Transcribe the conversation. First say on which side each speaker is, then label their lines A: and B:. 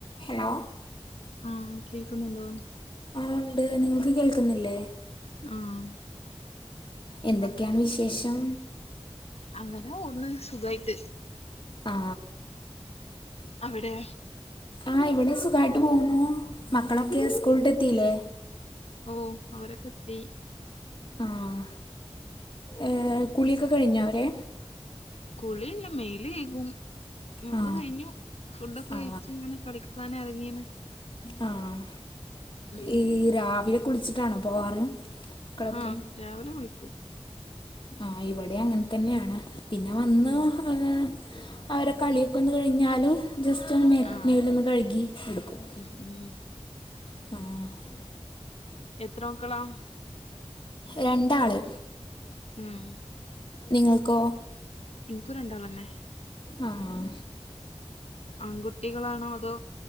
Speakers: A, on the left; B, on the left.
A: Hello
B: ആഹ് കേക്കുന്നുണ്ടോ
A: ആഹ് ഉണ്ട് നിങ്ങള്ക്ക് കേൾക്കുന്നില്ലേ
B: ആഹ്
A: എന്തൊക്കെയാണ്
B: പറഞ്ഞോളൂ
A: വിശേഷം
B: അങ്ങനെ പോവുന്നു സുഖായിട്ട്
A: ആ
B: അവടെ
A: ആ ഇവിടെ സുഖമായിട്ട് പോവുന്നു മക്കളൊക്കെയോ സ്കൂളിട്ടെത്തിയില്ലേ
B: ഓഹ് അവരൊക്കെത്തി
A: ആഹ് ഏഹ് കുളിയൊക്കെ കഴിഞ്ഞവരെ
B: കുളിയല്ല മെല്കയ്കും ഒക്കെ
A: ആ
B: കയിഞ്ഞു ഫുഡൊക്കെ
A: ആ
B: കഴിച്ങ്ങനെ കളിക്ക ക്കാനെറങ്ങിന്
A: ആഹ്
B: ഉം
A: ഈ രാവിലെ കുളിച്ചിട്ടാണോ പോവാറ് മക്കളൊക്കെ
B: ആഹ് രാവിലെ കുളിക്കു
A: ആഹ് ഇവടി അങ്ങനതന്നെയാണ് പിന്നെ വന്ന്
B: ഉം
A: ങ്ങനെ അവരെ കളിയൊക്കൊന്ന് കഴിഞ്ഞാല് ജസ്റ്റ് ഒന്ന് മേ
B: ആഹ്
A: മേലൊന്ന് കഴുകി എടുക്കും
B: ഉം ഉം
A: ആഹ്
B: എത്രോക്കളാ
A: രണ്ടാള്
B: ഉം
A: നിങ്ങൾക്കോ
B: ഇങ്ങക്കും രണ്ടാളന്നെ
A: ആഹ്
B: ആൺകുട്ടികളാണോ അതോ